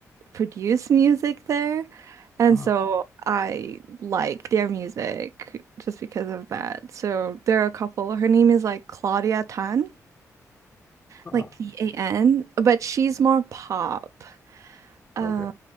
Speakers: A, on the right (about 65°); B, on the left (about 25°).
A: produce music there. And
B: Uh,
A: so I like their music just because of that. So there are a couple. Her name is like Claudia Tan,
B: huh.
A: like T-A-N, but she's more pop. Um,
B: Okay.